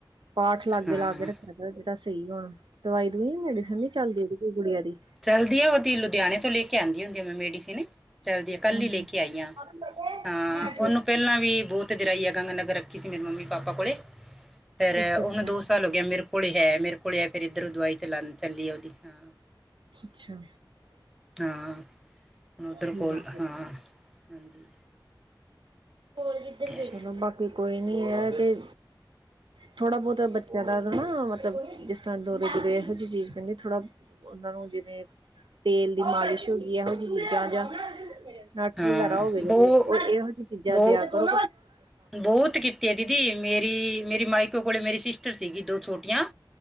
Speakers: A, on the right; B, in the centre.
A: ਪਾਠ ਲਾਗੇ
B: ਹਾਂ
A: ਲਾ ਕੇ ਰੱਖਿਆ ਜੇ। ਤਾਂ ਸਹੀ ਹੁਣ, ਦਵਾਈ ਦੂਈ ਮੈਡੀਸਨ ਨੀ ਚੱਲਦੀ ਕੁੜੀਆਂ ਦੀ।
B: ਚੱਲਦੀ ਆ, ਉਹਦੀ ਲੁਧਿਆਣੇ ਤੋਂ ਲੈ ਕੇ ਆਉਂਦੀ ਹੁੰਦੀ ਆ, ਮੈਂ ਮੇਡੀਸਨ। ਤੇ ਉਹਦੀਆਂ ਕੱਲੀ
A: ਹਮ।
B: ਲੈ ਕੇ ਆਈਆਂ
A: ਅੱਛਾ
B: ਹਾਂ,
A: ਅੱਛਾ
B: ਉਹਨੂੰ ਪਹਿਲਾਂ ਵੀ ਬਹੁਤ ਤੇ ਜਰਾਈ ਆ, ਗੰਗ ਨਗਰ ਰੱਖੀ ਸੀ ਮੇਰੀ ਮੰਮੀ ਪਾਪਾ ਕੋਲੇ। ਫੇਿਰ
A: ਅੱਛਾ ਅੱਛਾ
B: ਉਹਨੂੰ ਦੋ ਸਾਲ ਹੋ ਗਿਆ ਮੇਰੇ ਕੋਲ ਹੈ, ਮੇਰੇ ਕੋਲ ਹੈ, ਫਿਰ ਇੱਧਰੋਂ ਦਵਾਈ ਚਲਾ ਚੱਲੀ ਹੈ, ਉਹਦੀ ਹਾਂ।
A: ਅੱਛਾ।
B: ਹਾਂ ਉਧਰ
A: ਠੀਕ
B: ਕੋਲ
A: ਹੈ
B: ਹਾਂ, ਹਾਂਜੀ।
A: <inaudible>
B: ਹੈ
A: ਚਲੋ ਬਾਕੀ ਕੋਈ ਨਹੀਂ ਹੈ ਕਿ ਥੋੜ੍ਹਾ ਬਹੁਤ ਬੱਚਿਆਂ ਦਾ ਤਾਂ ਨਾ, ਮਤਲਬ ਜਿਸ ਤਰ੍ਹਾਂ ਦੁਰਰੇ ਦੂਰੇ ਇਹੋ ਜਿਹੀ ਚੀਜ਼ ਪੈਂਦੀ ਥੋੜਾ ਉਹਨਾਂ ਨੂੰ ਜਿਵੇਂ ਤੇਲ ਦੀ ਮਾਲਿਸ਼ ਹੋ ਗਈ, ਇਹੋ ਜਿਹੀ ਚੀਜ਼ਾਂ ਜਾਂ ਨਟਸ
B: ਹਾਂ
A: ਵਗੈਰਾ ਹੋਏ ਜਿਹੜੇ
B: ਬੋ
A: ਉਹ ਇਹੋ ਜਿਹੀ ਚੀਜ਼ਾਂ
B: ਬਹੁ
A: ਦਿਆ ਕਰ।
B: ਬਹੁਤ ਕਿ ਕੀਤੀ ਹੈ ਦੀਦੀ, ਮੇਰੀ-ਮੇਰੀ, ਮਾਈਕੋ ਕੋਲੇ, ਮੇਰੀ ਦੋ ਸਿਸਟਰ ਸੀਗੀ, ਦੋ ਛੋਟੀਆਂ